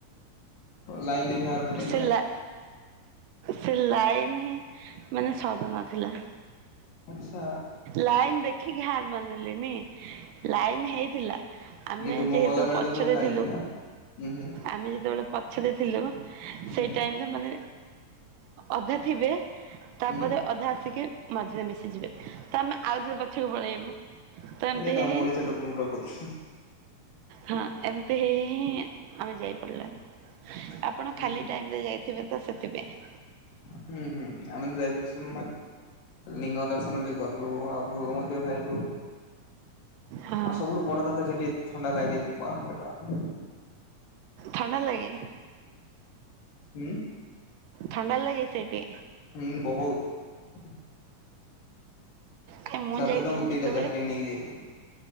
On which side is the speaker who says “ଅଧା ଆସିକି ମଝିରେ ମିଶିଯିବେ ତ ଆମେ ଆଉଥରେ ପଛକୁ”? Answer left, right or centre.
Right